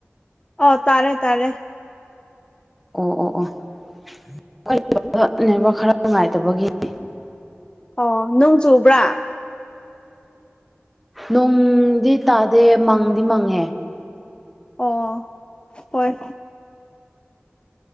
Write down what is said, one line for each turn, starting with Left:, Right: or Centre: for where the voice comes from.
Left: ꯑꯣ ꯇꯥꯔꯦ ꯇꯥꯔꯦ
Centre: ꯑꯣ ꯑꯣ ꯑꯣ <unintelligible> ꯅꯦꯠꯋꯥꯛ ꯈꯔꯥ ꯅꯨꯡꯉꯥꯏꯇꯕꯒꯤꯅꯦ
Left: ꯑꯣ ꯅꯣꯡ ꯆꯨꯕ꯭ꯔꯥ
Centre: ꯅꯣꯡꯗꯤ ꯇꯥꯗꯦ ꯃꯪꯗꯤ ꯃꯪꯉꯦ
Left: ꯑꯣ ꯍꯣꯏ